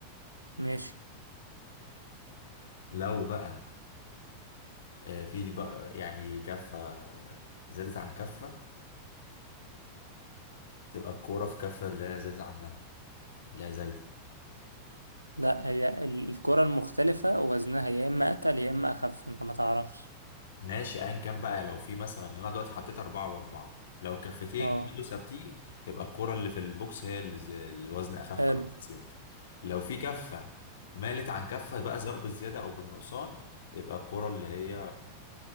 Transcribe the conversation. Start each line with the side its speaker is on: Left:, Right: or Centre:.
Right: ماشي
Left: لو بقى آه، في بقى يعني كفة زادت عن كفة تبقى الكرة في كفة اللي هي زادت عنها اللي هي زايدة
Right: لا هي ال- الكرة المختلفة وزنها يا إما أتقل يا إما أخف أنت ما تعرفش
Left: ماشي ايا كان بقى لو في مثلا انا دلوقتي حطيت أربعة وأربعة لو الكفتين
Right: اه
Left: فضلوا ثابتين يبقى الكرة اللي في البوكس هي اللي ز- الوزن أخف
Right: حلو
Left: أو زيادة لو في كفة مالت عن كفة بقى سواء بالزيادة أو بالنقصان يبقى الكرة اللي هي